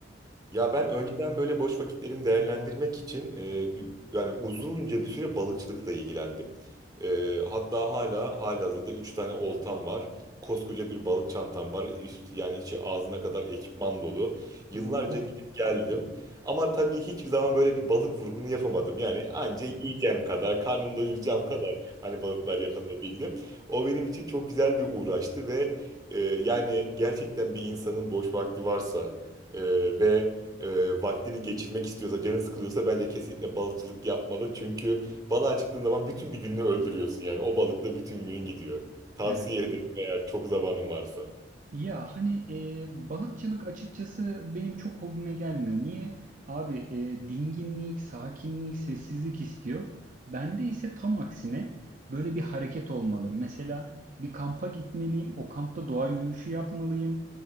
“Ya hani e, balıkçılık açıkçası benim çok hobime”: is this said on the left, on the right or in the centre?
Right